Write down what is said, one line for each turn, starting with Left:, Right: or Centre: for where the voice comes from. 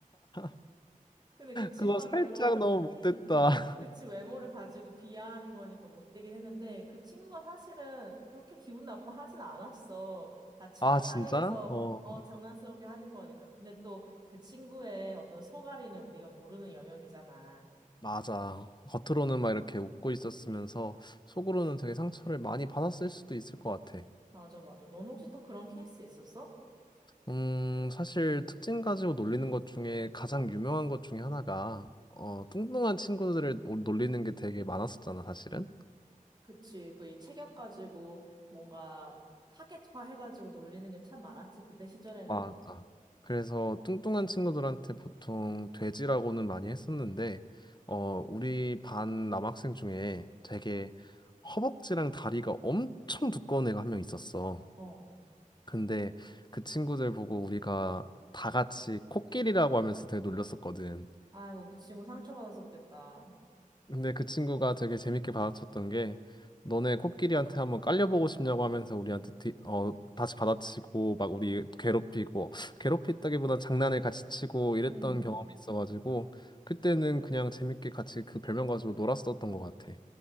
Left: <laughs>
Right: 근데 그 친구가
Left: 그거 살짝
Right: 별로,
Left: 너무 못됐다.
Right: 음,
Left: <laughs>
Right: 그치, 외모를 가지고 비하하는 거니까 못되긴 했는데, 그 친구가 사실은 그렇게 기분 나빠 하진 않았어. 다 친한
Left: 아,
Right: 사이에서,
Left: 진짜? 어.
Right: 어, 장난스럽게 하는 거니까. 근데 또 그 친구의 어떤 속앓이는 우리가 모르는 영역이잖아.
Left: 맞아. 겉으로는 막 이렇게 웃고 있었으면서 속으로는 되게 상처를 많이 받았을 수도 있을 것 같아.
Right: 맞아, 맞아. 넌 혹시 또 그런 케이스 있었어?
Left: 음, 사실 특징 가지고 놀리는 것 중에 가장 유명한 것 중에 하나가 어, 뚱뚱한 친구들을 노- 놀리는 게 되게 많았었잖아, 사실은.
Right: 그치, 또 이 체격 가지고 뭔가 타겟화 해가지고 놀리는 게 참 많았지, 그때 시절에는.
Left: 맞아. 그래서 뚱뚱한 친구들한테 보통 돼지라고는 많이 했었는데 어, 우리 반 남학생 중에 되게 허벅지랑 다리가 엄청 두꺼운 애가 한 명 있었어.
Right: 어.
Left: 근데 그 친구들 보고 우리가 다 같이 코끼리라고 하면서 되게 놀렸었거든.
Right: 아이고, 그 친구 상처받았었겠다.
Left: 근데 그 친구가 되게 재밌게 받아쳤던 게 너네 코끼리한테 한번 깔려보고 싶냐고 하면서 우리한테 뒤, 어, 다시 받아치고 막 우리 괴롭히고 괴롭히다기보다 장난을 같이 치고 이랬던
Right: 음.
Left: 경험이 있어가지고 그때는 그냥 재밌게 같이 그 별명 가지고 놀았었던 것 같아.